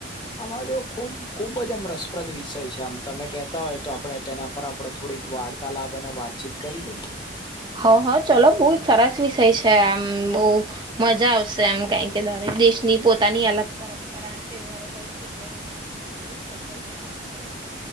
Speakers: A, on the left (about 25°); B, on the right (about 25°).
A: <unintelligible> ખૂબ-ખુબ જ આમ રસપ્રદ વિષય છે આમ. તમે કહેતા હોય તો આપણે તેના પર આપણે થોડીક વાર્તાલાપ અને વાતચીત કરી લઈએ.
B: હા, હા. ચલો બહુ જ સરસ વિષય છે આમ બહુ. મજા આવશે એમ કાંઈ કે દરેક દેશની પોતાની અલગ પરંપરા અને તહેવારો હોય છે. એટલે મને આમ જાણવું છે. ચલોને વાત કરીએ.